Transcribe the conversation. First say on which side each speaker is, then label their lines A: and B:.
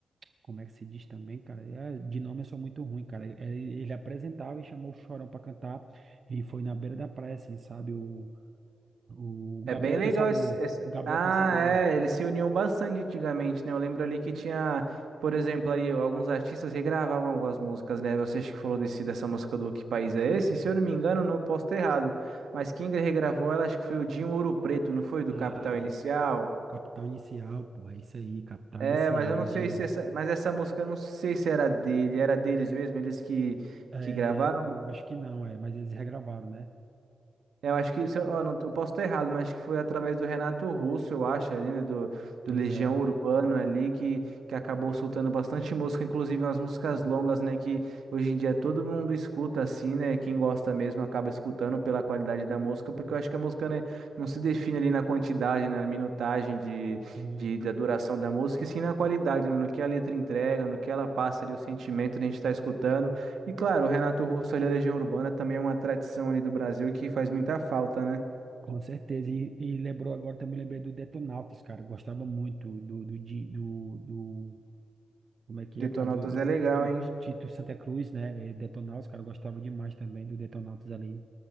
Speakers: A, on the right; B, on the right.
A: como é que se diz também, cara? É, De nome eu sou muito ruim, cara. Ele, ele apresentava e chamou o Chorão pra cantar e foi na beira da praia, assim, sabe? O, o
B: É
A: Gabriel
B: bem legal
A: Pensador.
B: esse, essa-
A: O Gabriel
B: Ah,
A: Pensador.
B: é, eles se uniam bastante antigamente, né? Eu lembro ali que tinha, por exemplo, ali alguns artistas regravavam algumas músicas, né? Você acho que falou desse, dessa música do Que País é Esse? Se eu não me engano, não posso estar errado, mas quem regravou ela acho que foi o Dinho Ouro Preto, não foi? Do
A: Ah,
B: Capital Inicial.
A: e- Capital Inicial, porra, é isso aí, Capital
B: É,
A: Inicial,
B: mas eu não sei
A: Dinho.
B: se essa, mas essa música eu não sei se era dele, era deles mesmo, eles que
A: É,
B: que gravaram.
A: eu acho que não, é, mas eles regravaram, né?
B: É, Eu acho que, se eu, ó, não, eu posso estar errado, mas acho que foi através do Renato Russo, eu acho, ali, né, do, do
A: Pois
B: Legião
A: é.
B: Urbano ali, que, que acabou soltando bastante música, inclusive umas músicas
A: Hum,
B: longas, né, que hoje em dia todo mundo escuta assim, né, quem gosta mesmo acaba escutando pela qualidade da música, porque eu acho que a música, né, não se define ali na quantidade, né, na minutagem de,
A: hum,
B: de, da duração da música, e sim na qualidade, né, no que a letra entrega, no que ela passa ali, o sentimento que a gente está escutando. E claro, o Renato Russo ali, a Legião Urbana também é uma tradição ali do Brasil que faz muita falta, né?
A: com certeza. E, e lembrou agora, também lembrei do Detonautas, cara. Gostava muito do, do, Di- do, do Como é que
B: Detonautas
A: é, cara? Do, do,
B: é legal,
A: do
B: hein?
A: Tito Santa Cruz, né? É, Detonautas, cara, eu gostava demais também do Detonautas ali.